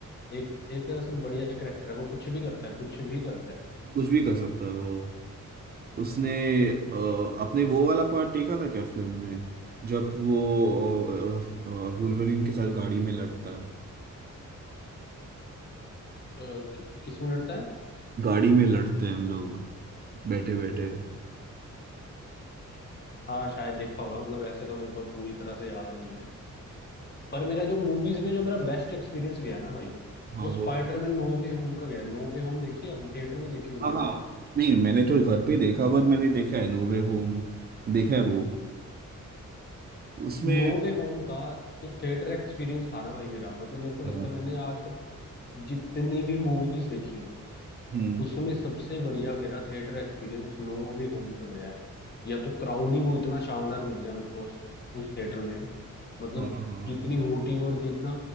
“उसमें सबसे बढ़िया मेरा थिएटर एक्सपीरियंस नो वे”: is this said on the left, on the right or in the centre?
Left